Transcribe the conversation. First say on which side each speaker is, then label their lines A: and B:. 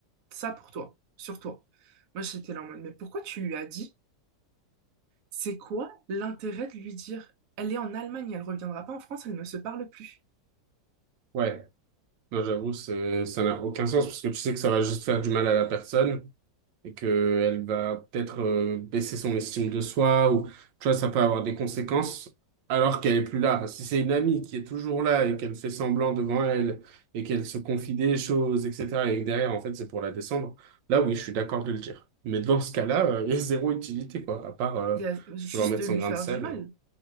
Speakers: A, on the right (about 55°); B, on the right (about 85°).
A: ça pour toi, sur toi. Moi, j'étais là en mode, mais pourquoi tu lui as dit? C'est quoi l'intérêt de lui dire, elle est en Allemagne, elle reviendra pas en France, elle ne se parle plus.
B: ouais. Non, j'avoue, c'est, ça n'a aucun sens parce que tu sais que ça va juste faire du mal à la personne et que elle va peut-être euh, baisser son estime de soi ou, tu vois, ça peut avoir des conséquences alors qu'elle est plus là. Si c'est une amie qui est toujours là et qu'elle fait semblant devant elle et qu'elle se confie des choses, etc., et que derrière, en fait, c'est pour la descendre, là, oui, je suis d'accord de le dire. Mais dans ce cas-là, euh, il y a zéro utilité, quoi, à part euh,
A: Il y a juste
B: vouloir mettre
A: de
B: son
A: lui
B: grain
A: faire
B: de sel.
A: du mal.